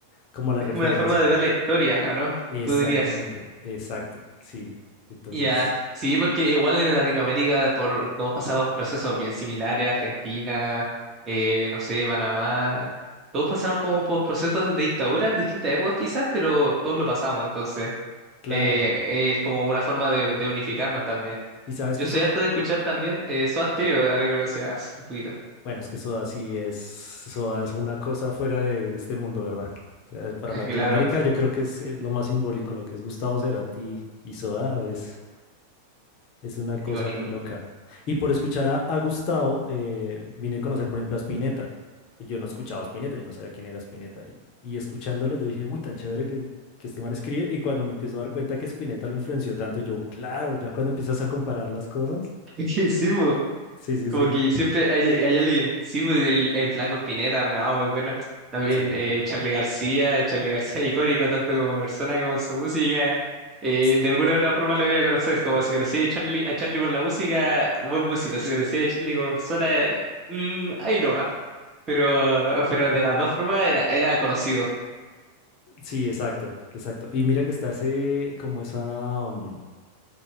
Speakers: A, on the left (about 40°); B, on the right (about 25°).
A: como la
B: Es
A: referencia.
B: como una forma de ver la historia, ¿o no?
A: Exactamente,
B: Tú dirías.
A: exacto, sí. Entonces,
B: Ya, sí, porque igual en Latinoamérica por, todos pasamos procesos bien similares, Argentina, eh, no sé, Panamá, todos pasaron como por procesos de dictadura en distintas épocas quizás, pero todos lo pasamos, entonces
A: claro.
B: eh, es como una forma de, de unificarnos también.
A: Y sabes
B: Yo
A: que
B: soy
A: eso,
B: harto
A: eh,
B: de escuchar también eh, Soda Stereo, ahora que lo mencionabas un poquito.
A: bueno, es que Soda sí es, Soda es una cosa fuera de, de este mundo, ¿verdad? O sea, para
B: <laughs>
A: Latinoamérica
B: Claro,
A: yo creo que es, eh, lo más simbólico, lo que es Gustavo Cerati y Soda es Es una cosa
B: icónico.
A: muy loca. Y por escuchar a, a Gustavo, eh, vine a conocer, por ejemplo, a Spinetta. Yo no escuchaba a Spinetta, yo no sabía quién era Spinetta. Y, y escuchándolo, yo dije, uy, tan chévere que, que este man escribe. Y cuando me empiezo a dar cuenta que Spinetta lo influenció tanto, yo, claro, ya cuando empiezas a comparar las cosas.
B: Es que Sí, po,
A: Sí, sí,
B: como
A: sí.
B: que siempre hay, hay alguien. Sí, po, el, el Flaco Spinetta, no, muy bueno. También
A: Sí, exacto.
B: eh, Charly García, Charly García icónico tanto como persona como en su música. Eh,
A: St-
B: de alguna u otra forma lo voy a conocer, como si conocía a Charly, a Charly por la música, buen músico. Si conocía a Charly como persona, eh, mm, ahí no va. Pero, pero de las dos formas era, era conocido. <laughs>
A: Sí, exacto, exacto. Y mira que está ese, como esa, mm,